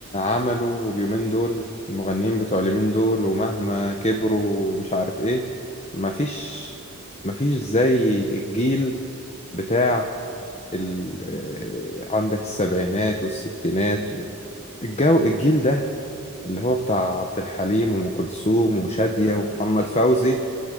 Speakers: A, on the left; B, on the left.
A: عملوا اليومين دول المغنيين بتوع اليومين دول ومهما كبروا مش عارف ايه مفيش مفيش زي الجيل بتاع ال... آه، عندك السبعينات والستينات و... الجو الجيل ده اللي هو بتاع عبد الحليم وأم كلثوم وشادية
B: لا لا
A: ومحمد
B: مش هيجي
A: فوزي
B: زيه